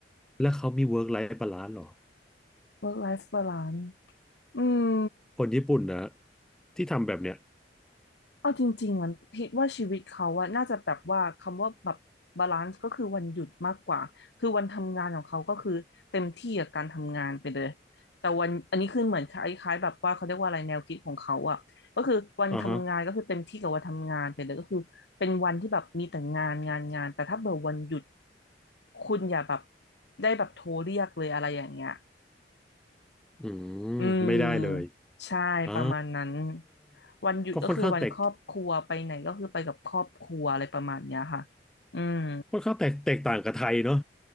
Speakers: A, in the centre; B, on the left.
A: แล้วเขามี work life balance หรอ
B: work life balance อืม
A: คนญี่ปุ่นนะที่ทำแบบเนี้ย
B: เอาจริงๆอ่ะคิดว่าชีวิตเขาอะน่าจะแบบว่าคำว่าแบบบาลานซ์ก็คือวันหยุดมากกว่าคือวันทำงานของเขาก็คือเต็มที่กับการทำงานไปเลยแต่วันอันนี้คือเหมือนคล้ายๆแบบว่าเขาเรียกว่าอะไรแนวคิดของเขาอะก็คือวันทำงานก็คือเต็มที่กับวันทำงานไปเลยก็คือเป็นวันที่แบบมีแต่งานงานงานแต่ถ้าเบอร์วันหยุด
A: อ่าฮะ
B: คุณอย่าแบบได้แบบโทรเรียกเลยอะไรอย่างเงี้ย
A: อืมไม่ได้เลย
B: อืมใช่ประมาณนั้น
A: อ่า
B: วันหยุดก็คือวันครอบครัวไปไหนก็คือไปกับครอบครัวอะไรประมาณเนี้ยค่ะ
A: ก็ค่อนข้างแตก
B: อืม
A: ค่อนข้างแตกแตกต่างกับไทยเนาะ